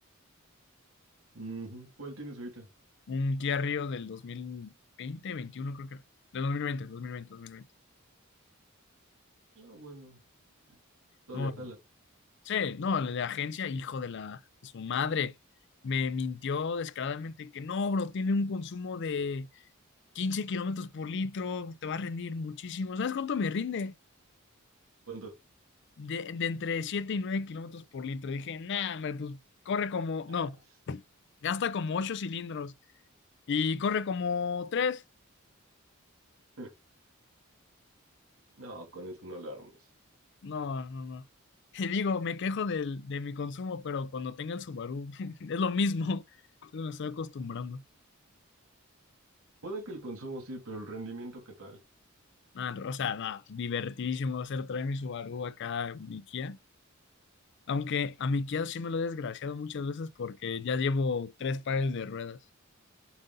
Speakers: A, on the right; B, on the left.
A: Ujú. ¿Cuál tienes ahorita?
B: Un Kia Rio del dos mil veinte 21 creo que era. Del dos mil veinte dos mil veinte, dos mil veinte.
A: Ah, bueno, todavía
B: No,
A: jala.
B: sí, no, el de agencia, hijo de la de su madre. Me mintió descaradamente que no, bro, tiene un consumo de 15 kilómetros por litro, te va a rendir muchísimo. ¿Sabes cuánto me rinde?
A: ¿Cuánto?
B: De, de entre 7 y 9 kilómetros por litro. Dije, nah, hombre, pues corre como,
A: Ah,
B: no,
A: s-
B: gasta como 8 cilindros y corre como 3.
A: <laughs> No, con eso no la armas.
B: No, no, no. <laughs> Y digo, me quejo del, de mi consumo, pero cuando tenga el Subaru <laughs> es lo mismo. Entonces me estoy acostumbrando.
A: Puede que el consumo sí, pero el rendimiento, ¿qué tal?
B: Nada, o sea, nada, divertidísimo va a ser traer mi Subaru acá mi Kia. Aunque a mi Kia sí me lo he desgraciado muchas veces porque ya llevo tres pares de ruedas.